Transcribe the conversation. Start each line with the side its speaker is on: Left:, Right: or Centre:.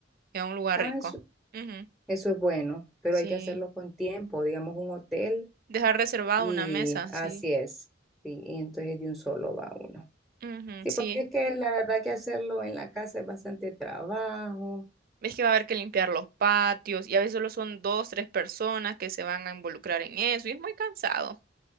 Right: y a un lugar
Centre: Ah,
Right: rico.
Centre: es,
Right: Ujú,
Centre: Eso es bueno, pero
Right: sí,
Centre: hay que hacerlo con tiempo, digamos un hotel
Right: dejar reservada
Centre: y
Right: una mesa, sí.
Centre: así es. Sí, y entonces de un solo va uno.
Right: Ujú,
Centre: Sí,
Right: sí.
Centre: porque es que la verdad que hacerlo en la casa es bastante trabajo.
Right: Ves que va a haber que limpiar los patios y a veces solo son dos, tres personas que se van a involucrar en eso y es muy cansado.